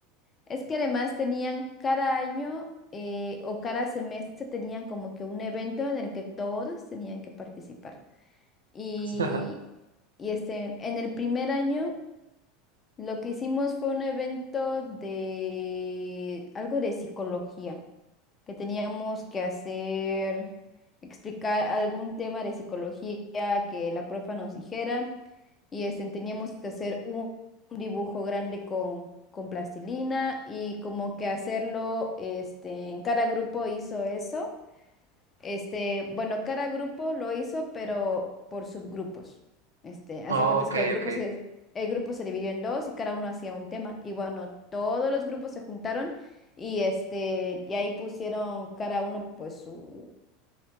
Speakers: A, on the left; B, on the right.
A: es que además tenían cada año eh, o cada semestre tenían como que un evento en el que todos tenían que participar. Y,
B: <laughs>
A: y este, en el primer año... Lo que hicimos fue un evento de algo de psicología, que teníamos que hacer, explicar algún tema de psicología que la profa nos dijera y este, teníamos que hacer un, un dibujo grande con, con plastilina y como que hacerlo, este, en cada grupo hizo eso este, bueno, cada grupo lo hizo, pero por subgrupos. Este, haz
B: Oh,
A: de cuentas
B: ok,
A: que el grupo
B: ok.
A: se, el grupo se dividió en dos y cada uno hacía un tema. Y bueno, todos los grupos se juntaron y este, y ahí pusieron cada uno pues su,